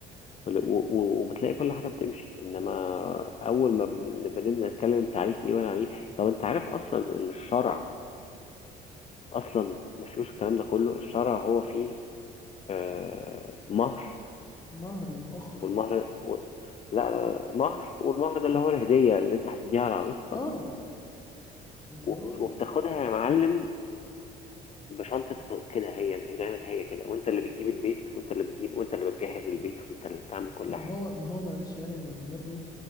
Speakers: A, on the left; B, on the left.
A: ولا- و- و- وبتلاقي كل حاجه بتمشي انما اول ما بن- بنبدا نتكلم انت عليك ايه وانا عليك طب انت عارف اصلا ان الشرع اصلا ما فيهوش الكلام ده كله الشرع هو فيه آه، مهر
B: مهر ومؤخر
A: والمهر و... لا لا، مهر والمهر ده اللي هو الهديه اللي انت هتديها لعروستك
B: اه اللي
A: وبت-
B: هو
A: وبتاخدها يا معلم بشنطة كده هي زي ما هي كده وانت اللي بتجيب البيت وانت اللي بتجيب وانت اللي بتجهز البيت وانت اللي بتعمل كل
B: ما
A: حاجة
B: هو ما هو معلش يعني ما انا برضو